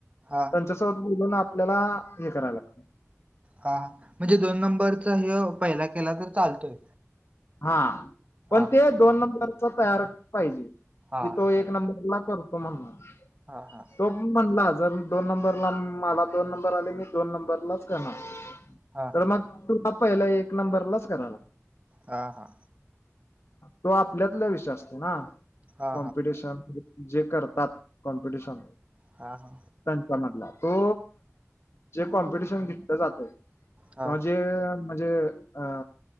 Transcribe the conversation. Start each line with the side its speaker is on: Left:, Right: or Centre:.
Right: हा.
Left: तसं बोलून आपल्याला हे कराय लागतय.
Right: हा म्हणजे दोन नंबरचा ह्यो पहिला केला तर चालतोय.
Left: हा पण
Right: हा
Left: ते दोन नंबरचा तयार पाहिजे,
Right: हा
Left: की तो
Right: हा
Left: एक नंबर ला करतो म्हणून
Right: हा हा.
Left: तो पण म्हणला जर दोन नंबरला मला दोन नंबर आले मी दोन नंबरलाच करणार
Right: हा
Left: तर मग तूला पहिला एक नंबरलाच करणार.
Right: हा हा.
Left: तो आपल्यातला विषय असतो ना,
Right: हा
Left: कॉम्पिटिशन जे करतात? कॉम्पिटेशन
Right: हा हा.
Left: त्यांच्या मधला तो जे कॉम्पिटिशन घेतलं जातं.
Right: हा
Left: जे म्हणजे, अ